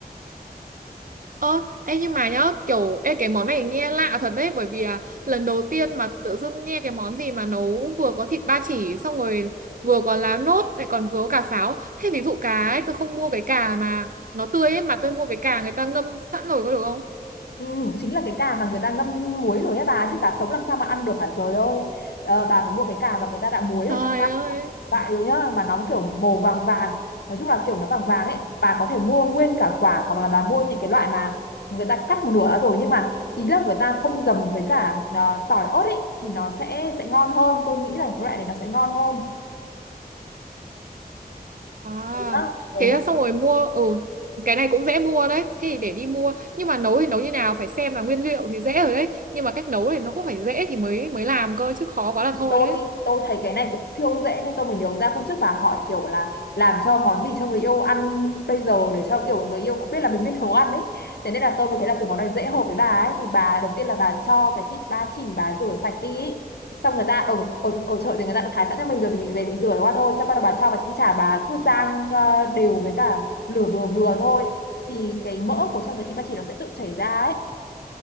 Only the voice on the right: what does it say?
Ơ, ê nhưng mà nhá, kiểu ê cái món này nghe lạ thật đấy bởi vì à, lần đầu tiên mà tự dưng nghe cái món gì mà nấu vừa có thịt ba chỉ xong rồi vừa có lá nốt lại còn vừa có cả pháo. Thế ví dụ cá ấy, tôi không mua cái cà mà nó tươi ấy mà tôi mua cái cà người ta ngâm sẵn rồi có được không?
Trời
ơi.
À,
thế là xong rồi mua ừ cái này cũng dễ mua đấy. Thế thì để đi mua. Nhưng mà nấu thì nấu như nào phải xem là nguyên liệu thì dễ rồi đấy, nhưng mà cách nấu thì nó cũng phải dễ thì mới mới làm cơ chứ khó quá là
thôi
đấy.